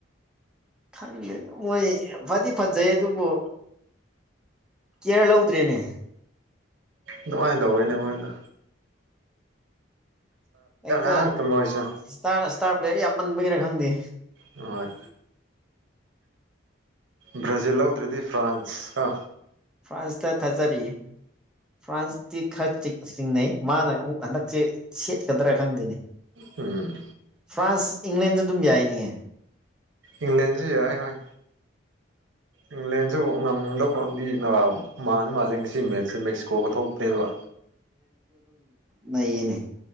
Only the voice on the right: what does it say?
ꯅꯃꯥꯏꯗ ꯍꯣꯏꯅꯦꯃꯣꯏꯗ
ꯉꯥꯛꯇ ꯃꯣꯏꯁꯨ
ꯑ ꯕ꯭ꯔꯥꯖꯤꯜ ꯂꯧꯗ꯭ꯔꯗꯤ ꯐ꯭ꯔꯥꯟꯁ ꯀ
ꯎꯝ
ꯏꯪꯂꯦꯟꯁ ꯌꯥ ꯍ ꯍꯣꯏ ꯏꯪꯂꯦꯟꯁꯨ ꯉꯝꯗꯧꯕ ꯄ꯭ꯔꯗꯤ ꯃꯥꯅ ꯃꯥꯜꯂꯤ ꯁꯤ ꯃꯦꯠꯁꯦ ꯃꯦꯛꯁꯤꯀꯣꯒ ꯊꯣꯛꯇꯦꯕ